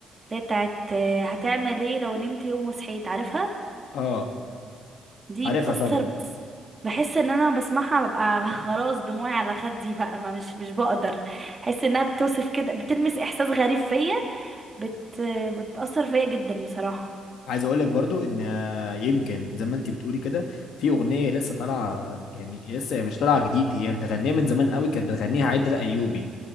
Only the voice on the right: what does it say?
هي بتاعت آه، هتعمل ايه لو نمت يوم وصحيت عارفها
دي
بتاثر
بس بحس ان انا بسمعها ببقى <laughs> خلاص دموعي على خدي بقى ما مش مش بقدر احس انها بتوصف كده بتلمس احساس غريب فيا بت بتأثر فيا جدا بصراحة